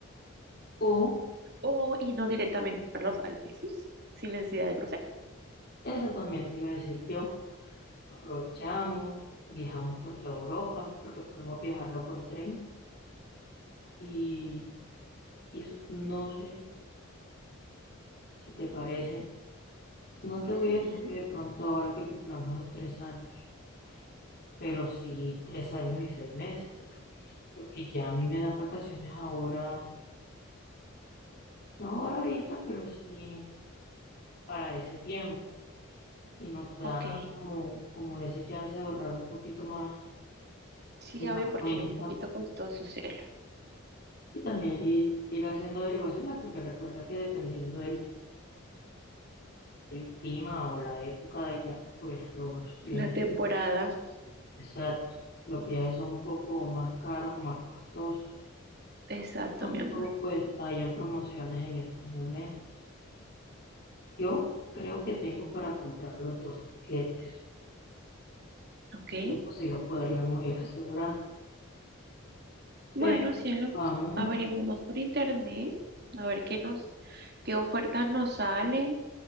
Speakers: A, on the left; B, on the right.
A: O
B: o irnos directamente para los Alpes, ¿sí? sin necesidad de cruzar.
A: Eso también te iba a decir yo. Aprovechamos, viajamos por toda Europa, porque podemos viajarlo por tren. Y, y eso, no sé si te parece, no te voy
B: Sí,
A: a decir que de pronto ahora que cumplamos los tres años, pero sí tres años y seis meses, porque ya a mí me dan vacaciones ahora, no ahora ahorita, pero sí para ese tiempo. Y nos da
B: Ok,
A: como, como ese chance de ahorrar un poquito más
B: sí,
A: en
B: obvio,
A: la
B: porque
A: cuenta
B: es un poquito costoso, cielo.
A: Y también ir, ir haciendo averiguaciones, porque recuerda que dependiendo del, del clima o la época de allá, pues los viajes,
B: La temporada,
A: exacto, los viajes son un poco más caros o más costosos.
B: exacto,
A: Cuando
B: mi amor.
A: pues hayan promociones en estos momentos. Yo creo que tengo para comprar los dos tiquetes.
B: Ok,
A: Eso sí lo podríamos ir asegurando.
B: bueno,
A: Pero
B: cielo,
A: vamos,
B: averiguamos
A: a-
B: por internet, a ver qué nos, qué ofertas nos salen,